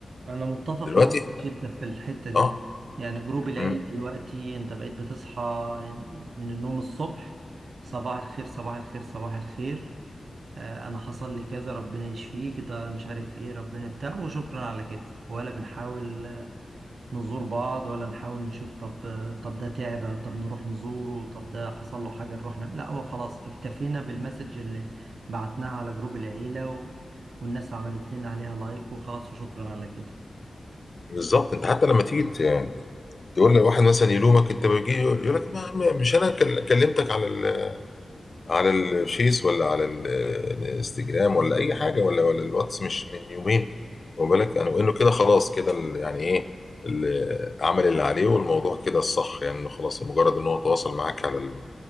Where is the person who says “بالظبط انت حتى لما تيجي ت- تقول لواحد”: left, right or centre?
Left